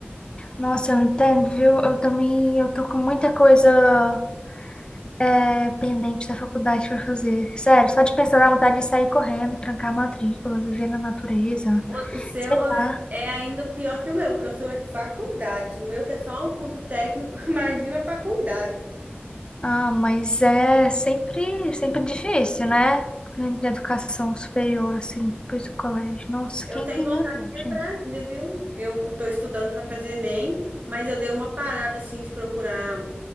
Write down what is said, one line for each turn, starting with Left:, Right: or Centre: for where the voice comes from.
Left: Nossa, eu entendo, viu? Eu também, eu tô com muita coisa é, pendente da faculdade pra fazer. Sério, só de pensar dá vontade de sair correndo, trancar a matrícula, viver na natureza.
Right: O, o seu
Left: Sei
Right: é,
Left: lá.
Right: é ainda pior que o meu, porque o seu é faculdade. O meu que é só um curso técnico, <laughs> imagina a faculdade.
Left: Ah, mas é sempre, sempre difícil, né? Da educação superior, assim, depois do colégio. Nossa,
Right: Eu
Left: quem
Right: tenho
Left: que inventou,
Right: vontade de entrar
Left: gente?
Right: ainda, viu? Eu estou estudando para fazer Enem, mas eu dei uma parada, assim, de procurar